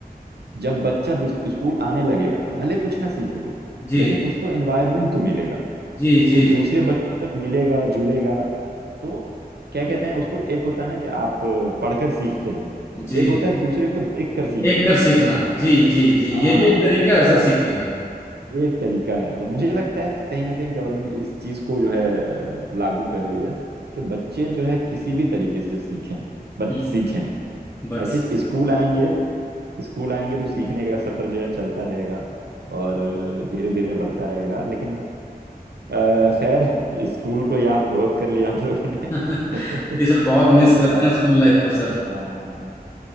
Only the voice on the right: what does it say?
जब बच्चा बिस- स्कूल आने लगेगा भले कुछ ना सीखे वो
लेकिन उसको एनवायरनमेंट तो मिलेगा
वो दूसरे बच्चों से मिलेगा जुलेगा तो क्या कहते हैं उसको एक होता है ना कि आप अ, पढ़कर सीखते हैं
एक होता है दूसरे को देखकर सीखते
हैं
हाँ
और
ये एक तरीका है तो मुझे लगता है कि कहीं ना कहीं गवर्नमेंट इस चीज को जो है अ, लागू कर रही है कि बच्चे जो है किसी भी तरीके से सीखें बट
सीखें
एटलीस्ट
स्कूल आएंगे स्कूल आएंगे तो सीखने का सफर जो है चलता रहेगा और धीरे धीरे बढ़ता रहेगा लेकिन अ, खैर स्कूल को याद बहुत कर लिया हम लोगों ने
<laughs>
अब
थोड़ा
अ,